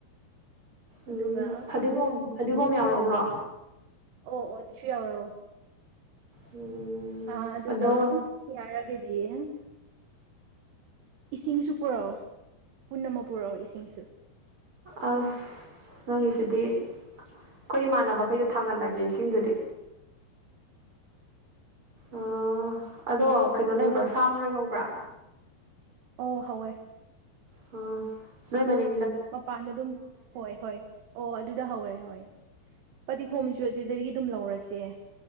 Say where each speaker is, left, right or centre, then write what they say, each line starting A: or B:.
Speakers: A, on the right; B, on the right.
A: ꯎꯝ
B: ꯑꯗꯨꯒ
A: ꯐꯗꯤꯒꯣꯝ ꯐꯗꯤꯒꯣꯝ ꯌꯥꯎꯔꯎꯔꯣ
B: ꯑꯣ ꯑꯣ ꯑꯗꯨꯁꯨ ꯌꯧꯔꯛꯑꯣ
A: ꯎꯝ
B: ꯑ ꯑꯗꯨꯒ
A: ꯑꯗꯣ
B: ꯌꯥꯔꯒꯗꯤꯦ ꯏꯁꯤꯡꯁꯨ ꯄꯨꯔꯛꯑꯣ ꯄꯨꯟꯅꯃꯛ ꯄꯨꯔꯛꯑꯣ ꯏꯁꯤꯡꯁꯨ
A: ꯑ ꯅꯪꯒꯤꯁꯤꯗꯤ ꯑꯩꯈꯣꯏ ꯏꯃꯥꯟꯅꯕꯈꯩꯗ ꯊꯥꯡꯒꯜꯂꯒꯦ ꯏꯁꯤꯡꯗꯨꯗꯤ
B: <unintelligible>
A: ꯎꯝ ꯑꯗꯣ ꯀꯩꯅꯣ ꯂꯩꯕ꯭ꯔꯥ ꯁꯥ ꯃꯔꯣꯏ ꯍꯧꯕ꯭ꯔꯥ
B: ꯑꯣ ꯍꯋꯣꯏ
A: ꯑꯣ ꯅꯣꯏ ꯃꯅꯤ
B: ꯃꯄꯥꯟꯗ ꯑꯗꯨꯝ ꯍꯣꯏ ꯍꯣꯏ ꯑꯣ ꯑꯗꯨꯗ ꯍꯧꯋꯦ ꯍ ꯄꯗꯤꯈꯣꯝꯁꯨ ꯑꯗꯨꯗꯒꯤ ꯑꯗꯨꯝ ꯂꯧꯔꯁꯦ